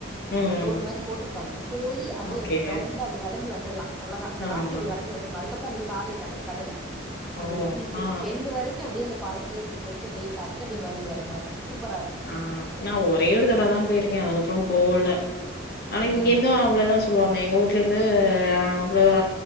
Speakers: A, in the centre; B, on the left.
A: ஆ
B: ம்
A: ரோடு மாரி போட்ருப்பாங்க போயி அப்டியே
B: ஓகே
A: ரவுண்டா அப்டி வளைஞ்சு வந்தர்லா அவ்ளதா அந்த
B: ஆ
A: லாஸ்ட்ல இப்டி
B: ஆ
A: வல வளஞ்சு வந்தர்னு அதுக்கப்பற அங்குட்டு பாத இல்ல அங்குட்டு கடல்
B: ஓ
A: அந்த தீர்தி
B: ஆ
A: எண்டு வரைக்கு அப்டியே இந்த பாலத்லே இப்டி போயிட்டு அப்டியே பாத்துட்டு அப்டியே மறுபடி வரமாரி இருக்கு சூப்பரா இருக்கு
B: ஆ நா ஒரே தடவதா போயிருக்கே அதுக்கப்பற போல ஆனா
A: ம்
B: இங்க இருந்து அவ்ளோதா சோ சொல்வாங்க எங்க வுட்லேங்க ஆ அவ்ளோத